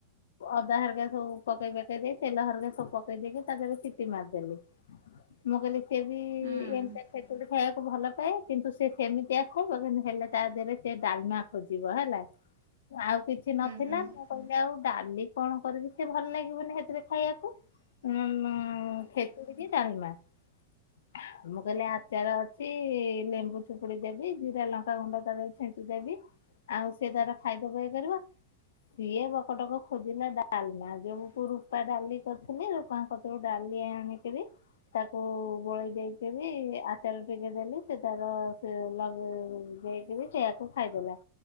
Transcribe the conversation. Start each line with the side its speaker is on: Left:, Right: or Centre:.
Left: ଅଦା ହରିକା ସବୁ ପକେଇ ପକାଇ ଦେଇ ତେଲ ହରକା ସବୁ ପକେଇ ଦେଇକି ତା ଦେହରେ ସିଟି ମାରିଦେଲି। ମୁଁ କହିଲି ସିଏ ବି
Right: ହୁଁ
Left: ଏମତି ଖେଚୁଡି ଖାଇବାକୁ ଭଲ ପାଏ। କିନ୍ତୁ ସେ ସେମିତିଆ ଖାଇବ କିନ୍ତୁ ହେଲେ ତା ଦେହରେ ସେ ଡାଲମା ଖୋଜିବ ହେଲା। ଆଉ କିଛି କିଛି
Right: ହୁଁ
Left: ନଥିଲା
Right: ହୁଁ
Left: ମୁଁ କହିଲି ଆଉ ଡାଲି କଣ କରିବି ସେ ଭଲ ଲାଗିବନି ହେଥିରେ ଖାଇବାକୁ। ଉଁ ମୁଁ ଖେଚୁଡି କି ଡାଲମା। ମୁଁ କହିଲି ଆଚାର ଅଛି ଲେମ୍ବୁ ଚିପୁଡି ଦେବି ଜିରା ଲଙ୍କା ଗୁଣ୍ଡ ତା ଦେ ଛେଞ୍ଚି ଦେବି। ଆଉ ସେ ତାର ଖାଇଦ ଇଏ କରିବ। ସିଏ ପକଟକ ଖୋଜିଲେ ଡାଲ ନା ଯ ରୂପା ଡାଲି କରିଥିଲି ରୂପା କତରୁ ଡାଲି ଆଣିକରି ତାକୁ ଗୋଳେଇ ଦେଇଦଲି ଆଚଲ ଟିକେ ଦେଲି ସେ ତାର ସେ ଲଗେଇ ଦେଇ ଯ ସେଆକୁ ଖାଇଦେଲା।